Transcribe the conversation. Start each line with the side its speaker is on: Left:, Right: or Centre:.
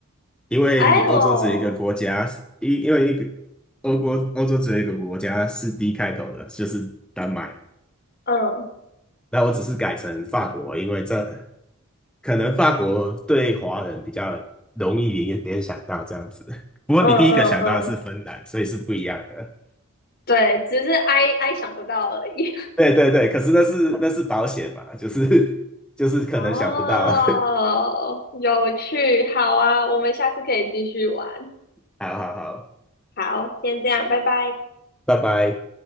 Centre: 因为欧洲只有一个国家，
Left: 哎我，
Centre: 因因为一个欧国欧洲只有一个国家是 D 开头的，就是丹麦。
Left: 嗯
Centre: 那我只是改成法国，因为这可能法国对华人比较容易联联想到这样子。<laughs> 不过你第一个想到的是芬兰，
Left: 嗯嗯嗯，
Centre: 所以是不一样的。
Left: 对，只是 I I 想不到而已。
Centre: 对对对，可是那是那是保险嘛，就是 <laughs> 就是可能想不到。
Left: <laughs> 哦，
Centre: <laughs>
Left: 有趣，好啊，我们下次可以继续玩。
Centre: 好好好，
Left: 好，先这样，拜拜。
Centre: 拜拜。